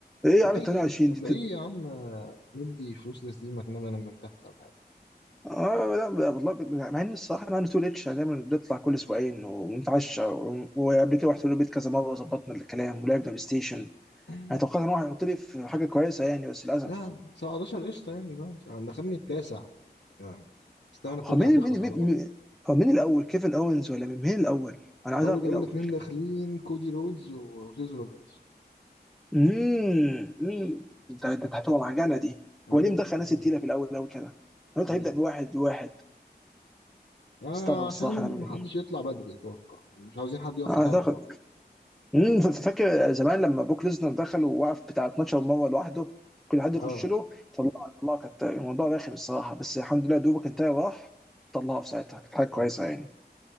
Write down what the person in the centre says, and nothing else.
ايه يا
عم 28
دي
اه لا ب- والله ب- مع ان الصراحه انا تو ريتش دايما بنطلع كل اسبوعين ونتعشى و- وقبل كده رحت له البيت كذا مره وظبطنا الكلام ولعبنا بلاي ستيشن
انا توقعت ان هو هيحط لي في حاجه كويسه يعني بس للاسف
هو مين
مين مين
مين- هو مين الاول كيفن اوينز ولا مين مين الاول؟ انا عايز
اعرف مين
الاول
امم امم ده ده ده هتبقى معجنه دي
هو ليه
مدخل ناس
تقيله
في الاول قوي كده؟ انا
قلت هيبدا بواحد واحد
استغرب الصراحه
انا منه
اعتقد
امم ف- فاكر زمان لما بوك ليزنر دخل ووقف بتاع 12 مره لوحده كل حد يخش
له طلعه طلعه كانت الموضوع رخم الصراحه بس الحمد لله دوبك انتهى وراح طلعه في ساعتها كانت حاجه كويسه
يعني